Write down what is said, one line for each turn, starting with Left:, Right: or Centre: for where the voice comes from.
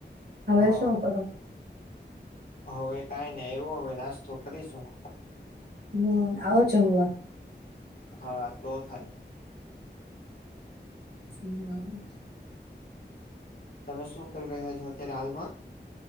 Right: હવે
Left: હા
Right: શું કરો?
Left: હવે કઈ નહીં. એવો હવે નાસ્તો કરીશું.
Right: હમ આવો જમવા.
Left: હા તો થાય.
Right: જમવા આવજો.
Left: તમે શું કરી રહ્યા છો અત્યારે હાલમાં?